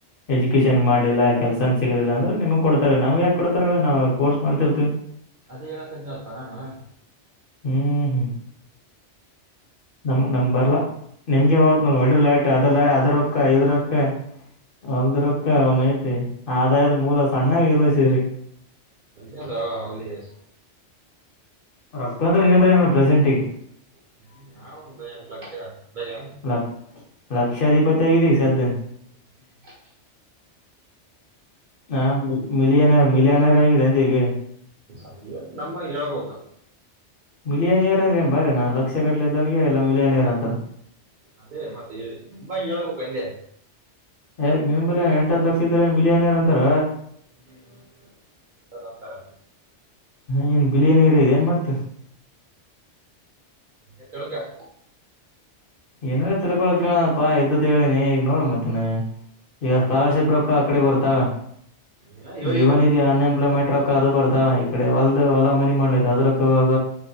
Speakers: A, on the left; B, on the right.
A: ಎಜುಕೇಶನ್ ಮಾಡ್ಲಿಲ್ಲ ಕೆಲ್ಸನ್ ಸಿಗಲಿಲ್ಲ ಅಂದ್ರೆ ನಿಮ್ಗ್ ಕೊಡ್ತಾರೆ ನಮ್ಗೆ ಯಾಕ ಕೊಡ್ತಾರ ಹೇಳ ಅ ನಾವ ಕೋರ್ಸ್ ಮಾಡ್ತಿರ್ತಿ
B: ಅದೇ ಹೆಳಕತಿನ ಅಲ್ಲ ಪಾ ನಾನು
A: ಹ್ಮ್ ಹ್ಮ್ ನಮ ನಮ್ಗ್ ಬರ್ಲಾ ನಿಮ್ಗೆ ಬ ಒಡ ಲಾಟರಿ ಅದಲ್ಲ ಅದ್ರಕ್ಕ ಇದ ರೊಕ್ಕ ಅಲ್ದ್ರಕ್ಕ ಅವನ ಐತಿ ಆದಾಯದ ಮೂಲ ಸಣ್ಣಾಗಿ ಇರ್ಲಸ್ರರಿ
B: ಇ ಹ ಹಲ <unintelligible>
A: ರಕ್ತಂದ <unintelligible> ಏನರಾ ನೋಡ್ ಬ ನ ಪ್ರೆಸೆಂಟಿಂಗ್
B: <unintelligible> ಹ್ಮ ನ ಒ ದಯನ್ಟ್ಲ ದಯನ್
A: ಲಕ್ ಲಕ್ಷಾಧಿಪತಿ ಆಗಿದೀ ಈಗ ಸದ್ದ
B: ಹ್ಮ್ <inaudible>
A: ಹಾ ಮಿಲಿಯನರ್ ಮಿಲಿಯನರ್ ಆಗಿದೆ <unintelligible> ಅಂದ ಈಗೆ
B: ಸತ್ಯ ನಮ್ಮ ಹೇಳ್ಬೇಕ
A: ಮಿಲಿಯನ್ ಯರ್ ಅಂದ್ರ ಬರೇನ ಲಕ್ಷ ಕಟ್ಲಿದ್ದವನಿಗೆ ಎಲ್ಲ ಮಿಲಿಯನ್ ಇಯರ್ ಅಂತಾರೆ
B: ಅದೇ ಮತ್ತೆ ತುಂಬಾ ಹೇಳ್ಬೇಕು ಹಂಗೆ
A: ಯಾಕ್ ನಿನ್ ಬಿಲಯಾನಿ ಎಂಟತ್ ಲಕ್ಷ ಇದ್ರ ನೀನ್ ಬಿಲಯಾನಿರ್ ಅಂತಾರ
B: ಹ್ಮ್ ಹ್ಮ ಉಂತದ <unintelligible> ಉಂತಾರೆ
A: ಏನ್ ಬಿಲಯಾನಿರಿ ಇದೆೇನ್ ಮತ್
B: ಎತ್ತಳ್ಕ್ಕ <inaudible>
A: ಏನೇನ ತಿಳ್ಕೊಳಕ್ ಕೇಳಪ್ಪಾ ಇದ್ದದ್ ಹೇಳೇನಿ ಈಗ ನೋಡ್ ಮತ್ತನ್ ಈಗ ಸ್ಕಾಲರ್ಶಿಪ್ ರೊಕ್ಕ ಕಡೆ ಬರ್ತಾವ
B: ಏನ ಇವಾಗ
A: ಈಗ ಇವನ್
B: ಇವಾಗ
A: ಇ ಅನ್ ಎಂಪ್ಲಾಯ್ಮೆಂಟ್ ರ ಅದು ಬರ್ತಾ ಈ ಕಡೆ ಹೊಲ್ದ ಹೊಲ ಮನೆ ಮಾಡಲಯತ <unintelligible> ಅದ್ರರ್